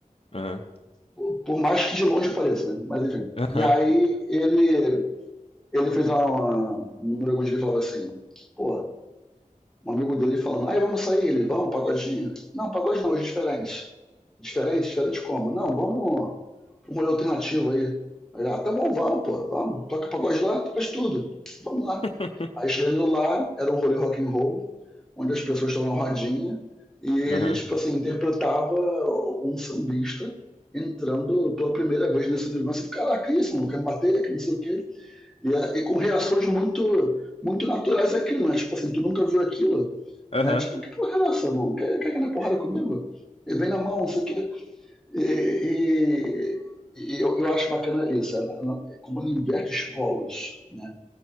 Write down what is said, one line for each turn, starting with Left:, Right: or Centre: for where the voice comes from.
Left: Aham.
Centre: Por, por mais que de longe pareça, né? Mas enfim.
Left: Aham.
Centre: E aí ele, ele fez uma, um número onde ele falava assim, pô, um amigo dele falando, aí vamos sair, ele, vamos, pagodinho? Não, pagode não, hoje é diferente. "É Diferente? Diferente como? Não, vamos um rolê alternativo aí. aí ah, tá bom, vamos, pô, vamos. Toca pagode lá, toca de tudo. Vamos lá.
Left: <laughs>
Centre: Aí chegando lá, era um rolê rock and roll, onde as pessoas estavam na rodinha, e ele,
Left: Aham.
Centre: tipo assim, interpretava um sambista entrando pela primeira vez nesse universo. Caraca, isso, não quer me bater, que não sei o quê. E, é, e com reações muito, muito naturais aquilo, né? Tipo assim, tu nunca viu aquilo,
Left: Aham.
Centre: né? Tipo, que porra é essa, mano? Quer, quer aquela porrada comigo? E vem na mão, isso aqui. E, e, e eu, eu acho bacana isso, é, na- na- como ele inverte os polos, né?